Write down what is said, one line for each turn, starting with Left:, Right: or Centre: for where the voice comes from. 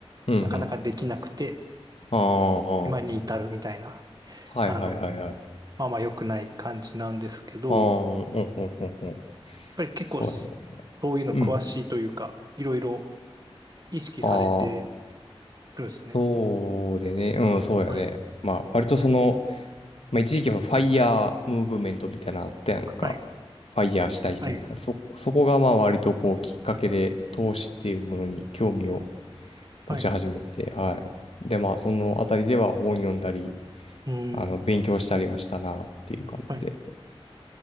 Left: うん、
Right: なかなかできなくて、
Left: うん。ああ、
Right: 今に至るみたいな、
Left: はい、
Right: あの、
Left: はい、はい、はい。あ
Right: まあまあ良くない感じなんですけど、
Left: あ、うん、
Right: やっ
Left: うん、うん、うん。
Right: ぱり結構すそういうの詳しいというか、
Left: そうやね。うん。
Right: いろいろ意識されて
Left: ああ、
Right: るんですね。
Left: そうでね。うん、そうやね。
Right: はい。
Left: まあ、割とその、まあ、一時期はファイヤームーブメントみたいなのあったやんか。
Right: はい。
Left: ファイヤーしたい人みたいな。
Right: はい。
Left: そ、そこがまあ割とこうきっかけで、投資っていうものに興味を
Right: はい。
Left: 持ち始めて、はい。で、まあ、そのあたりでは本読んだり、
Right: うん。
Left: あの、勉強したりはしたなっていう感じで。
Right: はい。